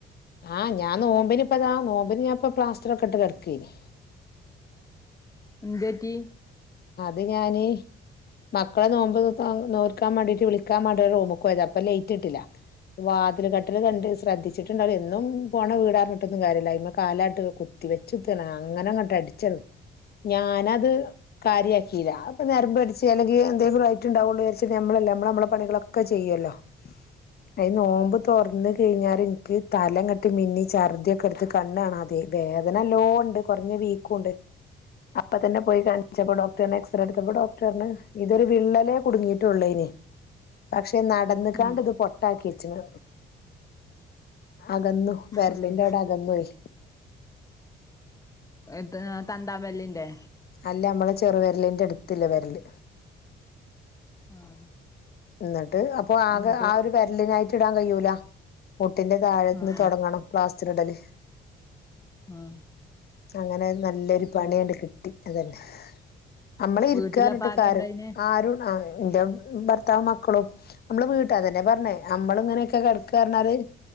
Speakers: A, on the left (about 50°); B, on the left (about 15°).
A: ആഹ് ഞാൻ നോമ്പിനിപ്പതാ നോമ്പിന് ഞാൻ ഇപ്പ പ്ലാസ്റ്റർ ഒക്കെ ഇട്ട് കെടക്കേനി
B: എന്തുപറ്റി
A: അത് ഞാന് മക്കളെ നോമ്പ് നോൽക്കാൻ വേണ്ടീട്ട് വിളിക്കാൻ വേണ്ടി റൂമ്ക്കോയതാ അപ്പൊ ലൈറ്റ് ഇട്ടില്ല വാതിൽ കട്ടില് തട ട്ട് ശ്രദ്ധിച്ചിട്ടുണ്ടാവില്ല എന്നും പോണ വീടാറിഞ്ഞിട്ടൊന്നും കാര്യല്ല അയ്മ്മ കാലാട്ട് കുത്തി വെച്ചു വെച്ചുത്താണ് അങ്ങനെ അങ്ങട്ട് അടിച്ചത് ഞാനത് കാര്യയാക്കില്ല അത്പ്പൊ നരമ്പ് അടിച്ച് അല്ലെങ്കി എന്തെങ്കിലുവായിട്ടുണ്ടാവോള്ളൂ വിചാരിച് നമ്മളല്ലേ നമ്മള് നമ്മളെ പണികളൊക്കെ ചെയ്യൊല്ലോ ട്ടെ ഈനോമ്പ് തൊറ്ന്നു കഴിഞ്ഞാൽ ഇൻക്ക് തലങ്ങട്ട് ത്‌മിന്നി ചർദിയൊക്കെ എടുത്ത് കണ്ണ് കാണതെയായി വേദന നല്ലോണ്ട് കുറഞ്ഞ വീകൊണ്ട് അപ്പ തന്നെ പോയി കണ്ട് ണിചപ്പോ ഡോക്ടറർ ഞ്ഞ് എക്സറേട്ത്തപ്പോ ഡോക്ടറ് പറഞ്ഞു ഇതൊരു വിള്ളലേ കുടുങ്ങിട്ടൊള്ളായിനി പക്ഷെ പക്ഷെ നടന്ന്കാണ്ട്
B: ഉം
A: ഇത് പൊട്ടാക്കി വെച്ച് ണ് അകന്നു വെരലിന്റെ
B: ഉം
A: അവിടെ അകന്ന് പോയി
B: എത് തന്താവെര്ലിന്റെ
A: അല്ല നമ്മളെ ചെറുവിരലിന്റെ അടുത്തിള്ള വിരല്
B: ആഹ്
A: എന്ന്ട്ട് അപ്പൊ ആകെ
B: എന്നിട്ട്
A: ആ ഒരു വെരലിനായിട്ട് ഇടാൻ കഴിയൂല്ല ല്ല മുട്ടിന്റെ താഴെന്ന്
B: ആഹ്
A: തൊടങ്ങണം പ്ലാസ്റ്ററ് ഇടല്
B: ആഹ്
A: അങ്ങനെ നല്ലൊരു പണിയണ്ട്
B: ആഹ്
A: കിട്ടി അതന്നെ നമ്മള് ഇരിക്കാറ്ട്ട്
B: വീട്ടിലപ്പ ആരാ
A: കാര്
B: ഇണ്ടായിനെ
A: ആരും ആഹ് എന്റെ ഭർ ത്താവും മക്കളും നമ്മളെ വീട്ടാരന്നെയ പറഞ്ഞെ നമ്മൾ ഇങ്ങനെക്കെ കിടക്കാന്നർഞ്ഞാല്